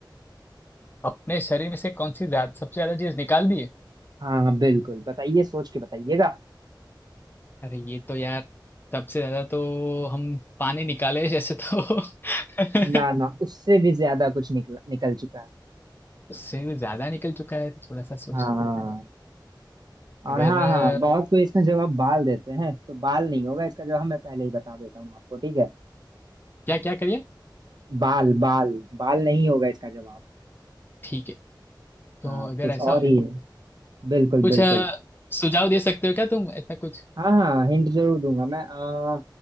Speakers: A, on the left; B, on the right.
A: अपने शरीर में से कौन सी ज्यादा सबसे ज्यादा चीज निकाल दी है
B: हाँ हाँ बिल्कुल बताइए सोच के बताइएगा
A: अरे ये तो यार सबसे ज्यादा तो हम पानी निकाले जैसे तो <laughs>
B: ना ना उससे भी ज्यादा कुछ निकल निकल चुका है
A: उससे भी ज्यादा निकल चुका है थोड़ा सा सोच
B: हाँ
A: के देखने दो
B: और
A: अगर
B: हाँ हाँ बहुत कोई इसका जवाब बाल देते हैं तो बाल नहीं होगा इसका जवाब मैं पहले ही बता देता हूँ आपको ठीक है
A: क्या क्या करिए
B: बाल बाल बाल नहीं होगा इसका जवाब
A: ठीक है तो
B: हाँ
A: अगर
B: कुछ
A: ऐसा
B: और ही
A: है
B: है बिल्कुल
A: कुछ
B: बिल्कुल
A: अ, सुझाव दे सकते हो क्या तुम ऐसा कुछ
B: हाँ हाँ हिंट जरूर दूंगा मैं आ,